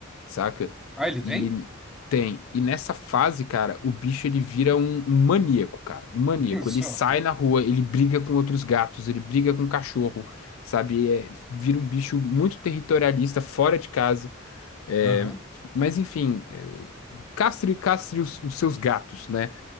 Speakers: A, on the left; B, in the centre.
A: saca?
B: Ah, ele tem?
A: E tem. E nessa fase, cara, o bicho ele vira um, um maníaco, cara. Um maníaco.
B: <laughs> Só.
A: Ele sai na rua, ele briga com outros gatos, ele briga com cachorro, sabe? É, vira um bicho muito territorialista, fora de casa. É,
B: Aham,
A: mas enfim, é, castre, castre os, os seus gatos, né?